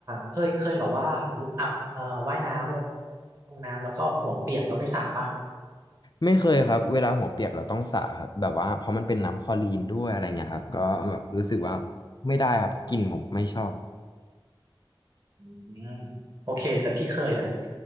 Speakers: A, on the right; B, on the left.
A: เคยเคยแบบว่าอาบเอ่อว่ายน้ำลงลงน้ำแล้วก็หัวเปียกแล้วไม่สระป่ะ
B: ไม่เคยครับเวลาหัวเปียกเราต้องสระครับแบบว่าเพราะมันเป็นน้ำคลอรีนด้วยอะไรเงี้ยครับก็แบบรู้สึกว่าไม่ได้ครับกลิ่นผมไม่ชอบ
A: อืมโอเคแต่พี่เคยนะ